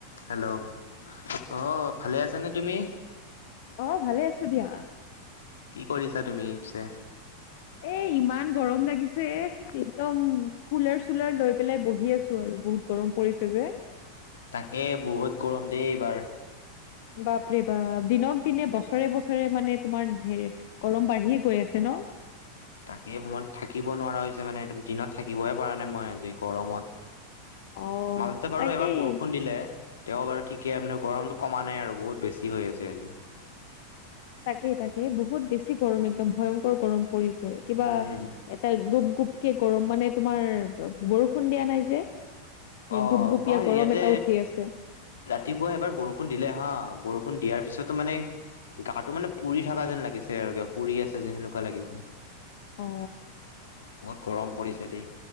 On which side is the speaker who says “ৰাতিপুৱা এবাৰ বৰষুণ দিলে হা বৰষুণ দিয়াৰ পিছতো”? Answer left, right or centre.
Left